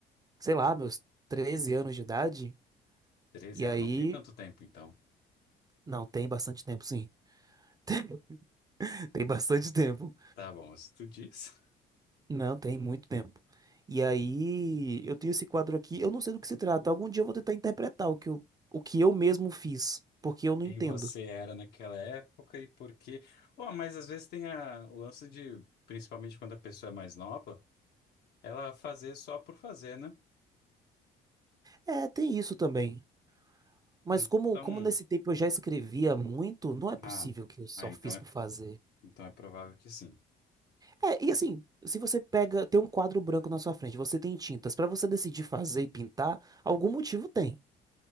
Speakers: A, on the right; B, on the left.
A: sei lá, meus 13 anos de idade.
B: Treze,
A: E aí,
B: ah, não tem tanto tempo então.
A: não, tem bastante tempo, sim. <laughs> Tem bastante tempo.
B: Tá bom, se tu diz
A: Não, tem muito tempo. E aí, eu tenho esse quadro aqui, eu não sei do que se trata. Algum dia eu vou tentar interpretar o que eu, o que eu mesmo fiz, porque
B: <laughs>
A: eu não
B: quem
A: entendo.
B: você era naquela época e por quê. Oh, mas às vezes tem a, o lance de, principalmente quando a pessoa é mais nova, ela fazer só por fazer, né?
A: É, tem isso também. Mas
B: Então,
A: como, como nesse tempo eu já escrevia muito, não é possível
B: ah,
A: que eu só
B: ah, então
A: fiz
B: é,
A: por fazer.
B: então é provável que sim.
A: É, e assim, se você pega, tem um quadro branco na sua frente, você tem tintas, pra você decidir fazer e pintar, algum motivo tem.